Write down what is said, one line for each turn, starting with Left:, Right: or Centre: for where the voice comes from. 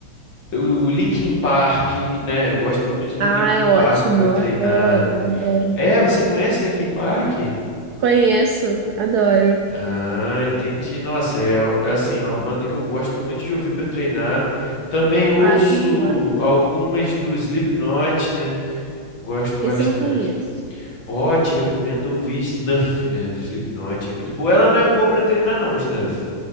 Left: é, o Linkin Park, né? Eu gosto muito do
Right: Ah,
Left: Linkin
Right: é ótimo.
Left: Park para
Right: Eu
Left: treinar.
Right: adoro, eu adoro.
Left: É, você conhece Linkin Park?
Right: Conheço, adoro.
Left: Ah, entendi. Nossa, é, é assim, é uma banda que eu gosto muito de ouvir para treinar. Também ouço
Right: Ah, eu também gosto.
Left: algumas do Slipknot, né? Gosto bastante.
Right: Esse eu não conheço.
Left: Ó, te recomendo ouvir Snuff, né? Do Slipknot. É muito boa. Ela não é boa para treinar, não, Snuff.